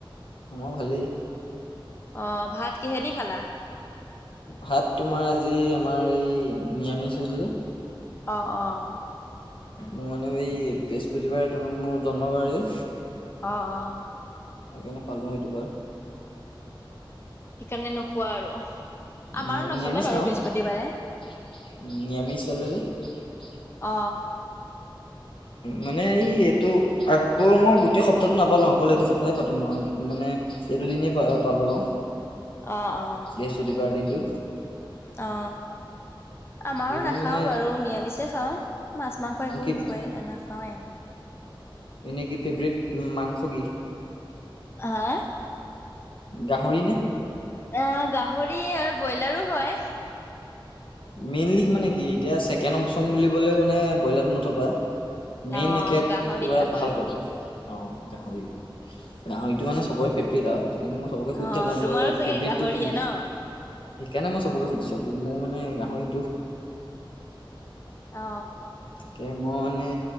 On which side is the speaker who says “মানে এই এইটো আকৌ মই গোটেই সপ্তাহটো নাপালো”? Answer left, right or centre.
Left